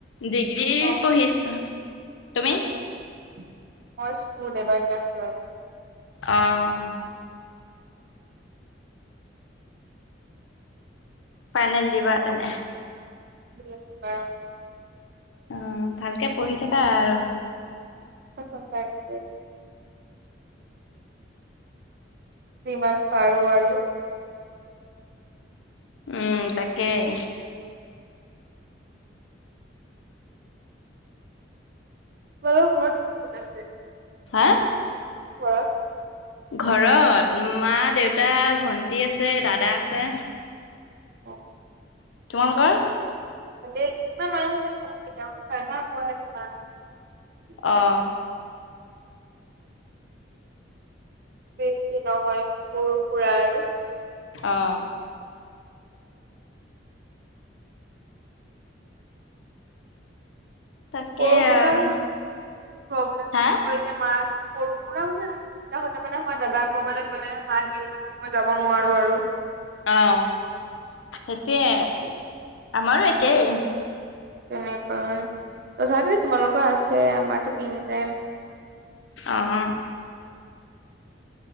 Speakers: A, on the left; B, on the right.
A: ডিগ্ৰী
B: অ',
A: পঢ়ি আছো। তুমি
B: আচ্ছা, অ স্কুল এইবাৰ ক্লাছ টুৱেলভ।
A: অঁ। ফাইনেল দিবা তেনে?
B: বাৰ
A: অ, ভালকে পঢ়ি থাকা আৰু।
B: অ, তাকে। যিমান পাৰো আৰু।
A: উম, তাকেই।
B: তোমালোকৰ ঘৰত কোন কোন আছে?
A: হা।
B: ঘৰত
A: ঘৰত মা-দেউতা ভন্টি আছে, দাদা আছে।
B: অ।
A: তোমালোকৰ।
B: ভালেই ইমান মানুহ <unintelligible> দাদা, মই আৰু মা। তিনিটা।
A: আহ।
B: বেছি নহয় সৰু সুৰা আৰু।
A: আহ। তাকেই
B: সৰু- সুৰা
A: আৰু
B: প্ৰব্লেমটো
A: হা?
B: হয় যে মা সৰু সুৰা নাই। তেতিয়া হলে মানে মই দাদা কৰবালৈ গ'লে মাক এৰি মই যাব নোৱাৰো আৰু।
A: অ সেইটোয়ে,
B: উম
A: আমাৰো একেই।
B: তেনেকুৱা হয় তথাপি তোমালোকৰ আছে আমাৰো তিন টাইম
A: অহ।